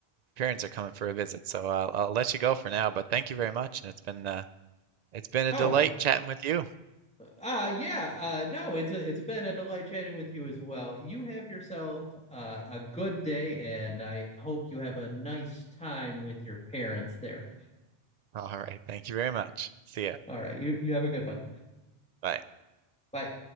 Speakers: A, on the right (about 50°); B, in the centre.
A: parents are coming for a visit, so I'll, I'll let you go for now. But thank you very much, and it's been uh, it's been a
B: Oh,
A: delight chatting with you.
B: uh, yeah. Uh, no, it's a, it's been a delight chatting with you as well. You have yourself uh, a good day, and I hope you have a nice time with your parents there.
A: All right. Thank you very much. See ya.
B: All right, you you have a good one.
A: Bye.
B: Bye.